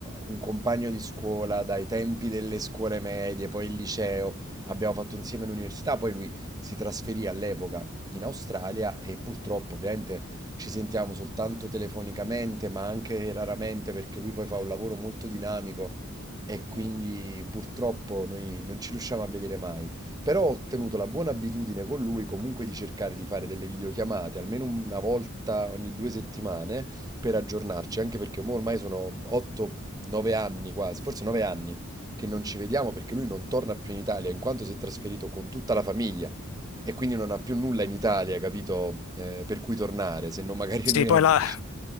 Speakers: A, on the right (about 20°); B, on the left (about 80°).
A: un compagno di scuola dai tempi delle scuole medie, poi il liceo, abbiamo fatto insieme l'università, poi lui si trasferì all'epoca in Australia e purtroppo ovviamente ci sentiamo soltanto telefonicamente, ma anche raramente perché lui poi fa un lavoro molto dinamico e quindi purtroppo noi non ci riusciamo a vedere mai. Però ho tenuto la buona abitudine con lui comunque di cercare di fare delle videochiamate, almeno una volta ogni due settimane per aggiornarci, anche perché mo ormai sono 8-9 anni quasi, forse 9 anni che non ci vediamo perché lui non torna più in Italia, in quanto si è trasferito con tutta la famiglia e quindi non ha più nulla in Italia, capito? Eh, per cui tornare, se non magari
B: Sì,
A: <laughs> noi
B: poi
A: amici.
B: la,